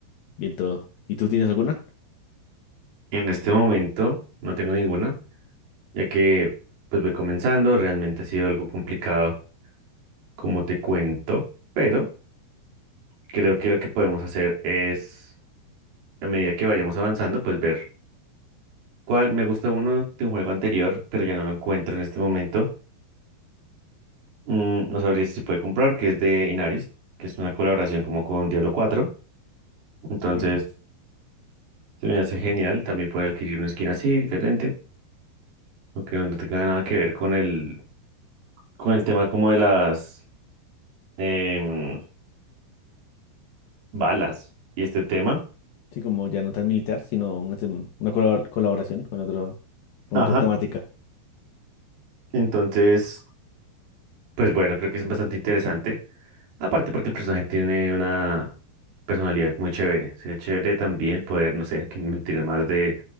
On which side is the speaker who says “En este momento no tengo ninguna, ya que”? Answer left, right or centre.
Right